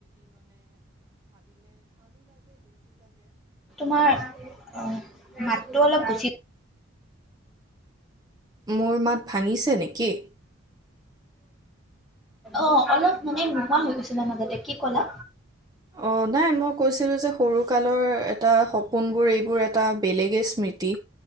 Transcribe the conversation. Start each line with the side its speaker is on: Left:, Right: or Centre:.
Centre: তোমাৰ অ' মাতটো অলপ গুচি
Right: মোৰ মাত ভাঙিছে নেকি?
Centre: অ' অলপ মানে নোহোৱা হৈ গৈছিলা মাজতে কি কলা?
Right: অ' নাই মই কৈছিলো যে সৰু কালৰ এটা সপোনবোৰ এইবোৰ এটা বেলেগে স্মৃতি